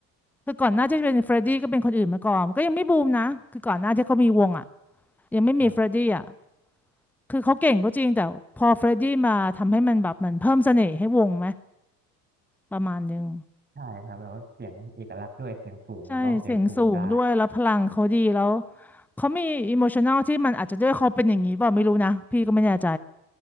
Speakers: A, in the centre; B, on the right (about 20°).
A: คือก่อนหน้าที่จะเป็นเฟรดดี้ก็เป็นคนอื่นมาก่อนก็ยังไม่บูมนะคือก่อนหน้าที่เขามีวงอ่ะยังไม่มีเฟรดดี้อ่ะ
B: ครับ
A: คือเขาเก่งก็จริงแต่พอเฟรดดี้มาทำให้มันแบบมันเพิ่มเสน่ห์ให้วงไหมประมาณนึง
B: ใช่ครับแบบว่าเสียงเอกลักษณ์ด้วยเสียงสูงร้องเสียงสูงได้
A: ใช่เสียงสูงด้วยแล้วพลังเขาดีแล้วเขามีอิโมชัน a ลที่มันอาจจะด้วยเขาเป็นอย่างนี้เปล่าไม่รู้นะพี่ก็ไม่แน่ใจ